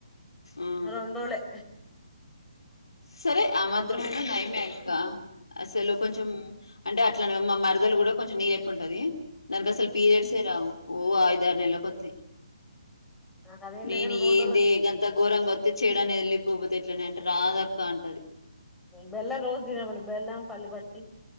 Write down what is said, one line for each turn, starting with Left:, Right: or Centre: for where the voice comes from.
Left: ఆ
Centre: రెండు రోజులే
Left: సరే ఆ మాత్రం
Centre: రెండు
Left: అన్న నయమే కా అసలు కొంచెం అంటే అట్లానే మా మరదలు కూడా కొంచెం నీ లెక్క ఉంటది దానికి అసలు పీరియడ్స్ ఏ రావు ఓ అయిదారు నెలకు ఒత్తయి
Centre: నాకు అదేం
Left: నేను
Centre: లేక రెండు రోజులు
Left: ఏం దేగంతా గోరంగ వత్తిచ్చేడన వెళ్ళి పోపతే ఎట్లనే అంటే రాదక్క అంటది.
Centre: బెల్లం రోజు దిన మను బెల్లం పల్లి పట్టి